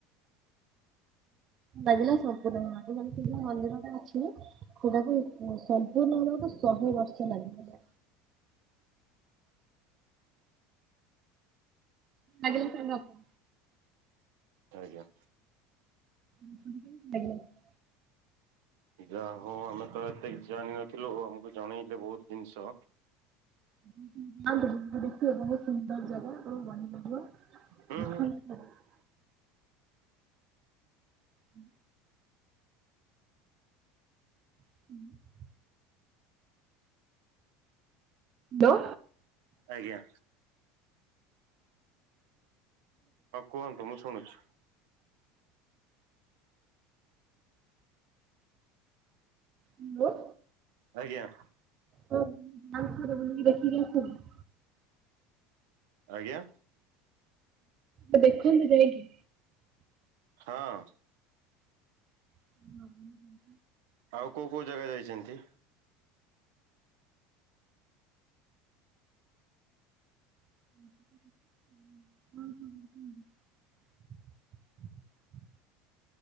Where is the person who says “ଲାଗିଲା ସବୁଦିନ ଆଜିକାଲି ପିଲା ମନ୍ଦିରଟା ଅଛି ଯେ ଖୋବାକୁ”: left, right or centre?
Right